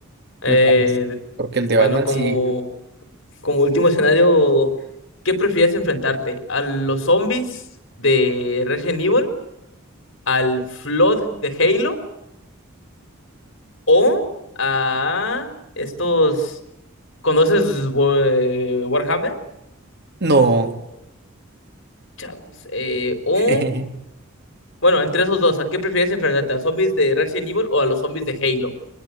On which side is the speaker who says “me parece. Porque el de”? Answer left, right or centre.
Right